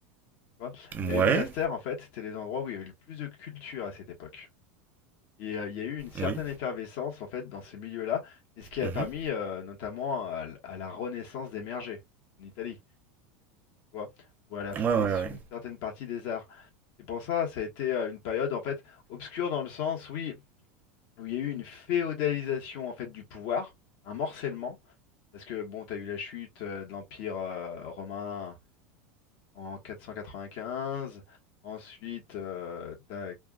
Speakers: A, on the left (about 60°); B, on the right (about 30°).
A: tu vois. Et les
B: Ouais,
A: monastères, en fait, c'était les endroits où il y avait le plus de culture à cette époque. Et euh, il y a eu une certaine
B: oui.
A: effervescence, en fait, dans ces milieux-là. C'est ce qui a
B: mhm,
A: permis, euh, notamment, à, l- à la Renaissance d'émerger en Italie, tu vois, ou à la France,
B: Ouais, ouais, ouais.
A: une certaine partie des arts. C'est pour ça, ça a été euh, une période, en fait, obscure dans le sens, oui, où il y a eu une féodalisation, en fait, du pouvoir, un morcellement, parce que, bon, tu as eu la chute euh, de l'Empire euh, romain. en 495. Ensuite, euh, t'as,